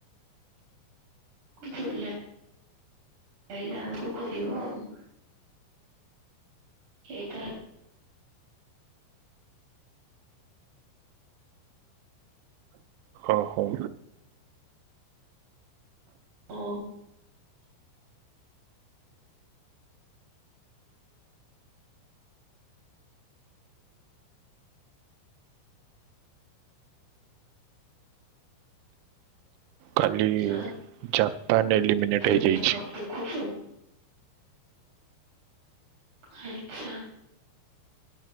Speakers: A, on the right; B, on the right.
A: ଜୁଲା ହେଲାକୁ ଖୋଲିବ ଆଉ। ଏଟା।
B: ଓହୋ
A: ଓ।
B: କାଲି
A: ଆଉ
B: ଜାପାନ ଏଲିମିନେଟ
A: ତୁ
B: ହେଇଯାଇଛି।
A: ମେକଅପ୍ ଦେଖୁଛୁ ଆଚ୍ଛା।